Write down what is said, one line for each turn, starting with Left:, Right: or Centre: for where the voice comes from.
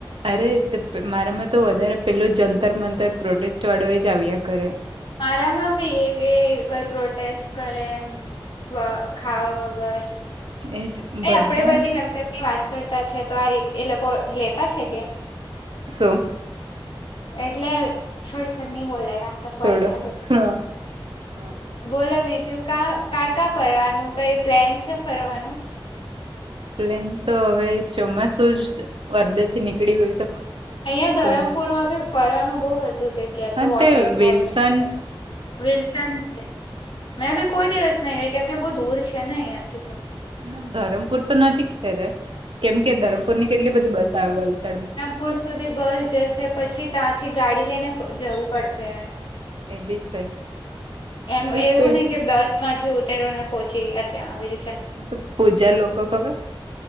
Right: અરે મારામાં તો વધારે પેલું જંતર મંતર પ્રોટેસ્ટ વાળો એ જ આવ્યા કરે.
Left: મારામાં બી એ કઈ પ્રોટેસ્ટ કરે એમ. વ ખાવા વગર.
Right: એજ.
Left: અ
Right: બધા
Left: આપડે બધી ગમતમની વાત કરતા છે તો આ એ લોકો લેતા છે કે!
Right: શું?
Left: એટલે છોડ ચાલ ની બોલાય આતો કોલ
Right: છોડો
Left: ચાલુ.
Right: હા હા
Left: બોલો બીજું કા કા કા ફરવાનું કઈ પ્લેન છે ફરવાનું!
Right: પ્લેન તો હવે ચોમાસું જ અર્ધે થી નીકળી ગયું તો
Left: અહિયાં ધરમપુર
Right: સમજ
Left: માં બી ફરવાનું બહુ બધું. જગ્યા
Right: હા
Left: છે વોટરફોલ્
Right: તે વિલ્સન
Left: વિલ્સન છે. મેં બી કોઈ દિવસ નહી ગયા કેમ કે બહુ દૂર છે ને અહીંથી તો.
Right: ના ધરમપુર તો નજીક છે રે કેમ કે ધરમપુર ની કેટલી બધી બસ આવે વલસાડમાં.
Left: પુર સુધી બસ જશે પછી ત્યાંથી ગાડી લઈને જવું પડશે.
Right: એ બી છે.
Left: એમ
Right: ઓય
Left: એવું
Right: પે
Left: નહ કે બસ માંથી ઉતર ને પહોંચી ગયા ત્યાં આવી રીતે
Right: તો પૂજા લોકો ખબર.